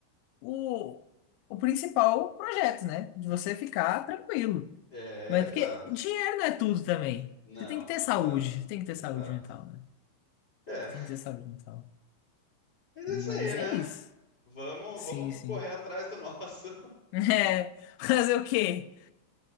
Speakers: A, on the left; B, on the left.
A: o, o principal projeto, né? De você ficar tranquilo.
B: É,
A: Mas
B: exato.
A: porque dinheiro não é tudo também.
B: Não,
A: Você tem que ter
B: exato.
A: saúde, tem que ter
B: Exato.
A: saúde mental, né?
B: É,
A: Tem que ter saúde mental.
B: mas é
A: Mas
B: isso aí, né?
A: é isso.
B: Vamos,
A: Sim,
B: vamos
A: sim.
B: correr atrás do nosso.
A: <laughs> É, fazer o quê?